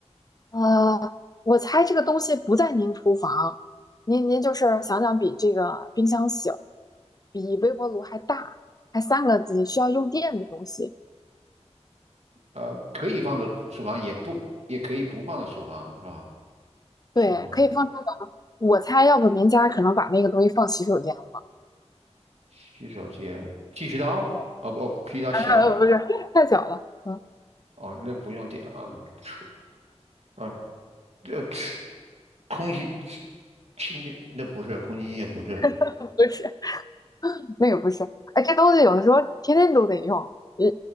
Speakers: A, on the left; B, on the right.
A: 呃，我猜这个东西不在您厨房，您您就是想想比这个冰箱小，比微波炉还大，还三个机，需要用电的东西。
B: 呃，可以放到厨房，也不也可以不放到厨房，是吧？
A: 对，
B: 厨房
A: 可以放厨房。我猜，要不您家可能把那个东西放洗手间了。
B: 洗手间，剃须刀啊，
A: 对
B: 不，剃须刀小了
A: <laughs>，呃，不是，太小了。嗯，
B: 哦，那不用点啊，厨啊，呃，空气清洁那不是空气清洁不是
A: <laughs> 不是，那个不是。哎，这东西有的时候天天都得用。呃，